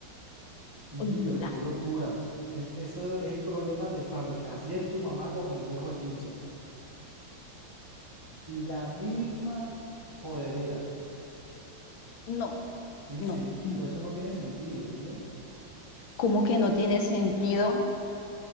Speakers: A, on the right (about 15°); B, on the left (about 80°).
A: oye,
B: olvídala.
A: pero qué
B: <laughs>
A: locura. Es- eso es problema de fábrica. Así es tu mamá con el viejo Etilso. La misma jodedera.
B: No,
A: Sin
B: no,
A: sentido.
B: no.
A: Eso no tiene sentido, oye.
B: ¿Cómo que no tiene sentido?